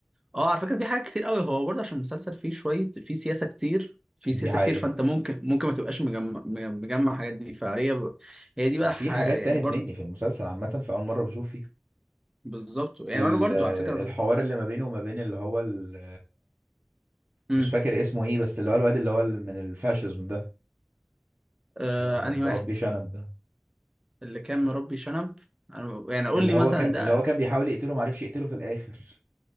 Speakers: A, on the right (about 15°); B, on the right (about 40°).
A: اه على فكرة في حاجات كتير قوي هو برضه عشان المسلسل فيه شوية فيه سياسة كتير في
B: دي
A: سياسة
B: حقيقة
A: كتير فانت ممكن ممكن ما تبقاش مجمع مجمع الحاجات دي فهي ب... هي دي بقى
B: في
A: ح...
B: حاجات
A: يعني
B: تاهت
A: برضه
B: مني في المسلسل عامة في أول مرة بشوف فيها
A: بالظبط يعني
B: ال-
A: انا برضه على فكرة
B: الحوار اللي ما بينه وما بين اللي هو ال-
A: مم.
B: مش فاكر اسمه ايه بس اللي هو الواد اللي هو ال- من الفاشيزم ده
A: آه
B: اللي هو كان
A: انهي
B: مربي
A: واحد
B: شنب ده
A: اللي كان مربي شنب أنا يعني قول
B: اللي
A: لي
B: هو
A: مثلا
B: كان
A: ده
B: اللي هو كان بيحاول يقتله ما عرفش يقتله في الآخر